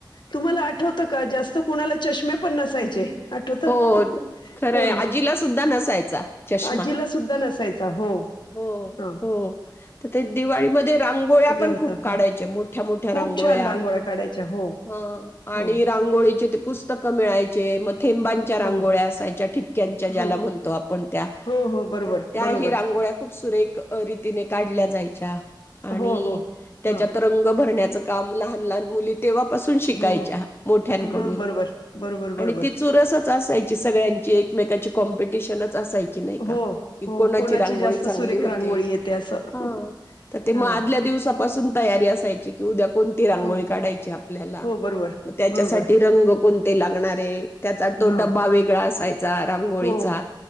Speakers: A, on the left; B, on the left.
A: तुम्हाला आठवतं का? जास्त कुणाला चष्मे पण नसायचे. आठवत
B: हो
A: <unintelligible>
B: खरंय
A: ह
B: आजीला सुद्धा नसायचा चष्मा.
A: आजीला सुद्धा नसायचा. हो
B: हो.
A: हा
B: हो तर ते दिवाळीमध्ये रांगोळ्या पण
A: होतं.
B: खूप काढायचे
A: हं.
B: मोठ्या मोठ्या
A: खूप
B: रांगोळ्या.
A: छान काढायच्या. हो,
B: ह आणि
A: हो,
B: रांगोळीचे ते पुस्तकं मिळायचे. म थेंबांच्या रांगोळ्या
A: हो,
B: असायच्या, ठिप क्यांच्या ज्याला
A: हो,
B: म्हणतो आपण.
A: हो हो, बरोबर,
B: तर त्याही
A: बरोबर.
B: रांगोळ्या खूप सुरेख रीतीने काढल्या जायच्या. आणि
A: हो, हो,
B: त्याच्यात
A: हां,
B: रंग भरण्याच काम लहान लहान मुलीत तेव्हापासून शिकायच्या,
A: हो,
B: मोठ्यांकडून
A: हां, बरोबर, बरोबर,
B: आणि
A: बरोबर.
B: ती चुरसच असायची सगळ्यांची, एकमेकाची कॉम्पिट टिशन असायची नाही का?
A: हो,
B: की
A: हो,
B: कोणाची रांगोळी
A: जास्त
B: चांगली
A: सुरेख
B: होते.
A: रांगोळी येते असं.
B: हा त ते म
A: हां,
B: आदल्यादिवसापासून तयारी असायची की उद्या कोणती रांगोळी
A: हो,
B: काढायची आपल्याला.
A: हो, बरोबर,
B: मग त्याच्यासाठी
A: बरोबर.
B: रंग को कोणते लागणारे. त्याचा तो डब्बा
A: हां,
B: वेगळा असाय चा रांगोळीचा,
A: हो.